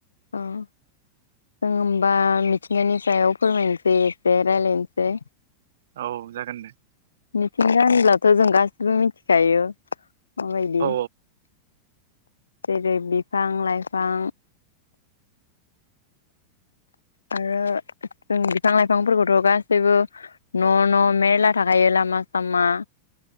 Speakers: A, on the left; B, on the right.
A: ओ जों होमबा मिथिंगानि सायाव फोरमायनोसै एसे रायजलायनोसै।
B: औ जागोन दे
A: मिथिंगाहोनब्लाथ जों गासिबो मिथिखायो माबायदि
B: औ
A: जेरै बिफां लाइफां आरो बिफां लाइफांफोरखौथ गासैबो न न मेरला थाखायो। लामा सामा